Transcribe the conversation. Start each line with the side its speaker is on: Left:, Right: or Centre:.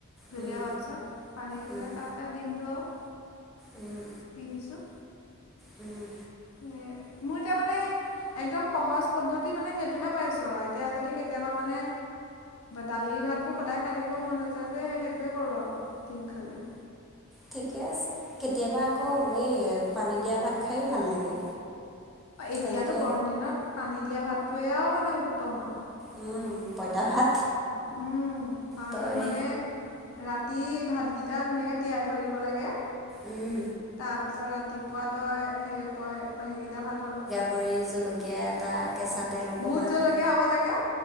Left: জুলিয়া
Centre: উম
Left: হোৱাৰ পিছত, পানী দি
Centre: উম
Left: পেলাই তাতে ডিমটো আৰু
Centre: উম
Left: দি দিছোঁ।
Centre: উম'
Left: এ মোৰ এতিয়া মানে একদম সহজ পদ্ধতি মানে সেইটোহে পাইছো আও। এতিয়া যদি কেতিয়াবা মানে- দালি ভাতবোৰ সদায় খাই থাকিব মন নাযায় যে সেইটোৱে কৰোঁ আৰু ডিম খালে।
Centre: ঠিকে আছে। কেতিয়াবা আকৌ এই পানী দিয়া ভাত খায়ো ভাল লাগে।
Left: এতিয়াতো
Centre: তেনেকে
Left: গৰম দিনত পানী দিয়া ভাতটোৱে আও মানে উত্তম আও।
Centre: উম' পঁইতা ভাত-
Left: উম' অঁ'
Centre: তই
Left: তো মানে ৰাতি ভাত গিটা ধুনীয়াকে তিয়াই থৈ দিব লাগে-
Centre: উম,
Left: তাৰপিছত ৰাতিপুৱা তই, হেই পয় সেইগিটা ভাতৰ লগত-
Centre: গৰী জলকীয়া এটা, কেঁচা তেল অকমান-
Left: ভোট জলকীয়া হ'ব লাগে।